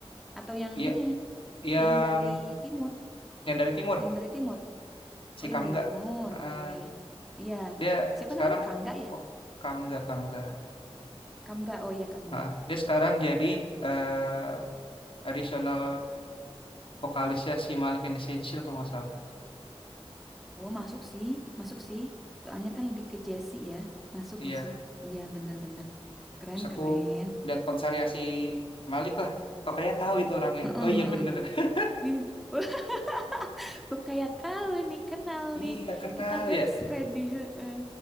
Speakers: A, in the centre; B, on the left.
A: atau yang
B: Iya,
A: ini
B: yang
A: yang dari timur,
B: yang dari timur,
A: yang dari timur.
B: si
A: Oh,
B: Kamga.
A: yang dari timur.
B: Ah,
A: Oke. Iya.
B: dia
A: Siapa
B: sekarang
A: namanya? Kangga ya?
B: kok Kamga Kamga.
A: kamu nggak oh iya kamu nggak
B: Ah, dia sekarang jadi eh additional vokalisnya si Malik and Essential kalau nggak salah.
A: Oh masuk sih, masuk sih. Soalnya kan lebih ke Jesse ya. Masuk,
B: Iya,
A: masuk. Iya bener-bener. Keren,
B: terus aku
A: keren.
B: lihat konsernya si Malik lah. Kok kayak tahu itu orangnya.
A: Heeh,
B: Oh iya
A: heeh.
B: bener. <laughs>
A: Ih, Wah, <laughs> kok kayak tahu nih, kenal
B: Iya
A: nih.
B: kenal
A: Kita best
B: ya.
A: friend nih. Heeh.